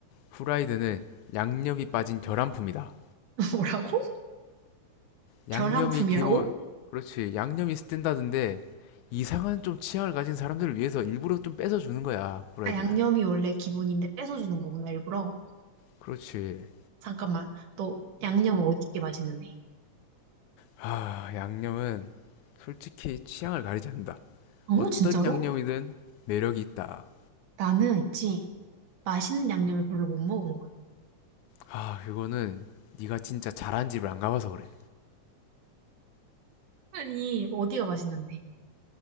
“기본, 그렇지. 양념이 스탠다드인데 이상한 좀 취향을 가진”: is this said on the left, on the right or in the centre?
Left